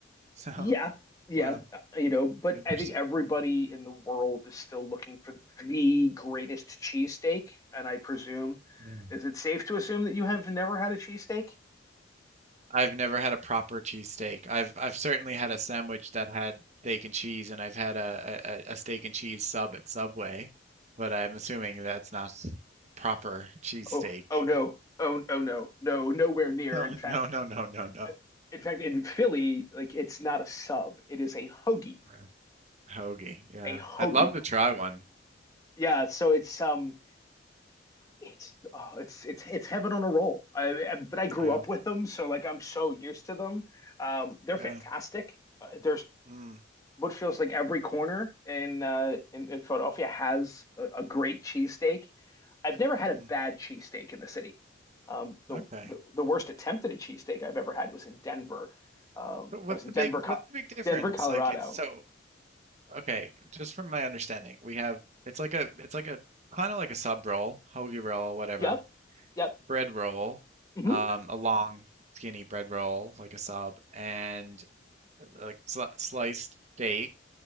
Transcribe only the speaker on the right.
So, <laughs>
wow,
interesting.
Yeah,
I've never had a proper cheesesteak. I've I've certainly had a sandwich that had steak and cheese, and I've had a, a, a a steak and cheese sub at Subway, but I'm assuming that's not a proper cheesesteak.
<laughs>
No,
no, no, no, no, no.
Yeah. Hoagie. Yeah.
I'd love to try one.
Yeah.
Yeah.
Mm,
mm,
okay.
But what's
the big
what's the big difference?
Like it's so Okay, just from my understanding, we have it's like a it's like a kind of like a sub roll, hoagie roll, whatever,
bread roll,
um, a long skinny bread roll like a sub, and uh, like sli sliced steak